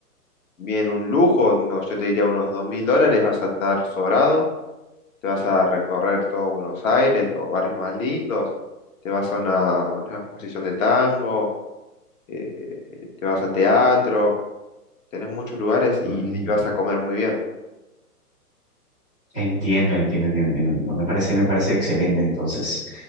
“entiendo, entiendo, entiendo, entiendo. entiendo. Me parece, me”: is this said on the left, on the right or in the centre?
Centre